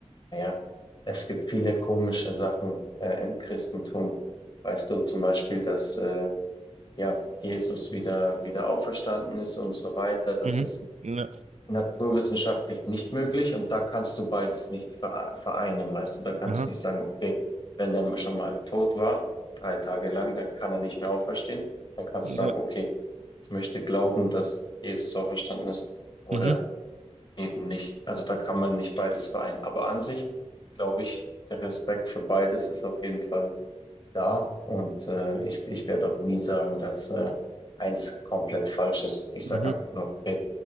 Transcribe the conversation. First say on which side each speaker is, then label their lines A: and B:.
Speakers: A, on the left (about 45°); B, on the right (about 75°).
A: naja, es gibt viele komische Sachen äh, im Christentum. Weißt du, zum Beispiel, dass äh, ja, Jesus wieder, wieder auferstanden ist und so weiter. Das
B: Mhm.
A: ist
B: Ja.
A: naturwissenschaftlich nicht möglich und da kannst du beides nicht vere- vereinen, weißt du, da kannst
B: Aha.
A: du nicht sagen, okay, wenn der schon mal tot war, drei Tage lang, dann kann er nicht mehr auferstehen, dann kannst
B: Ja.
A: du sagen, okay, ich möchte glauben, dass Jesus auferstanden ist oder
B: Mhm.
A: eben nicht. Also da kann man nicht beides vereinen. Aber an sich glaube ich, der Respekt für beides ist auf jeden Fall da und äh, ich, ich werde auch nie sagen, dass äh, eins komplett falsch ist. Ich
B: Mhm.
A: sage einfach nur, okay,